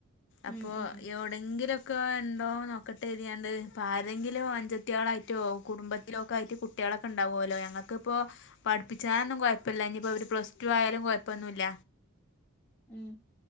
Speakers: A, in the centre; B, on the left (about 55°).
A: ഉം
B: അപ്പൊ
A: ഉം
B: എവിടെങ്കിലും ക്ക ണ്ടോ നോക്കട്ടെ എതിയാണ്ട് ഇപ്പ ആരെങ്കിലും അഞ്ചത്യാളായിട്ടോ കുടുംബത്തിലൊക്കായിട്ട് കുട്ട്യാളൊക്കെ ണ്ടാവൂലോ ഞങ്ങൾക്കിപ്പോ പഠിപ്പിച്ചാനൊന്നും കൊഴപ്പല്ല ഇനിപ്പൊരു പ്ലസ് ടു ആയാലും കൊഴപ്പൊന്നുല്ല
A: ഉം